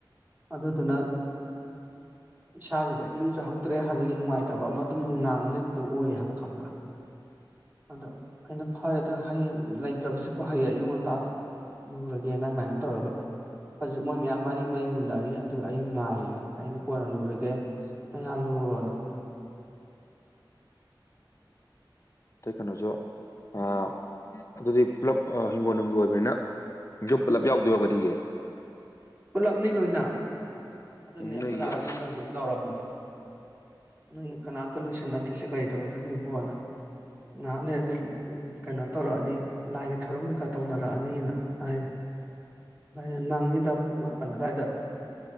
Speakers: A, on the right (about 20°); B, on the left (about 40°).
A: ꯑꯗꯨꯗꯨꯅ ꯏꯁꯥꯁꯤꯗ ꯏꯨꯖꯍꯧꯗ꯭ꯔꯦ ꯍꯥꯏꯕꯒꯤ ꯅꯨꯡꯉꯥꯏꯇꯕ ꯑꯃ ꯑꯗꯨꯝ ꯅꯨꯡꯅꯥꯡꯅ ꯂꯩꯕꯗꯨꯣ ꯑꯣꯏ ꯍꯥꯏꯕ ꯈꯪꯕ꯭ꯔꯥ ꯑꯗꯣ ꯑꯩꯅ ꯐꯔꯦꯗꯪ ꯍꯌꯦꯡ ꯂꯩꯇ꯭ꯔꯕꯁꯤꯕꯨ ꯍꯌꯦꯡ ꯑꯌꯨꯛ ꯉꯟꯇꯥ ꯂꯨꯔꯒꯦꯅ ꯑꯗꯨꯃꯥꯏꯅ ꯇꯧꯔꯒ ꯍꯧꯖꯤꯛ ꯃꯣꯏ ꯃꯌꯥꯝ ꯃꯔꯤ ꯃꯔꯤ ꯂꯨꯅꯔꯤ ꯑꯗꯨ ꯑꯩ ꯉꯥꯏꯔꯤꯅꯤ ꯑꯩꯅ ꯀꯣꯟꯅ ꯂꯨꯔꯒꯦ ꯌꯥꯜꯂꯨꯅ <unintelligible>
B: ꯇꯩ ꯀꯩꯅꯣꯁꯨꯣ ꯑ ꯑꯗꯨꯗꯤ ꯄꯨꯂꯞ ꯍꯤꯡꯒꯣꯜ ꯅꯨꯡꯒꯤ ꯑꯣꯏꯕꯅꯤꯅ ꯌꯨꯝ ꯄꯨꯜꯂꯞ ꯌꯥꯎꯗꯣꯏ ꯌꯥꯎꯒꯗꯤꯌꯦ
A: ꯄꯨꯜꯂꯞꯅꯤ ꯂꯣꯏꯅ ꯑꯗꯨꯅꯤ ꯑꯩꯈꯣꯏꯗꯥ
B: ꯅꯣꯏꯒꯤ
A: ꯑꯩꯉꯣꯟꯗ
B: ꯑꯁ
A: ꯍꯧꯖꯤꯛ ꯂꯧꯔꯝꯃꯤꯗꯣ ꯅꯣꯏ ꯀꯅꯥꯇ ꯂꯣꯏꯁꯟꯅꯗ꯭ꯔꯤꯁꯦ ꯀꯔꯤ ꯇꯧꯔꯒꯦ ꯅꯣꯏ ꯄꯣꯅ ꯉꯥꯏꯍꯥꯛ ꯂꯩꯔꯗꯤ ꯀꯩꯅꯣ ꯇꯧꯔꯛꯑꯅꯤ ꯂꯥꯏꯒꯤ ꯊꯧꯔꯝ ꯀꯩꯀꯥ ꯇꯧꯅꯔꯛꯑꯅꯤꯅ ꯍꯥꯏ ꯑ ꯅꯪꯉꯤꯗ ꯄꯨꯡ ꯃꯥꯄꯜ ꯑꯗꯨꯋꯥꯏꯗ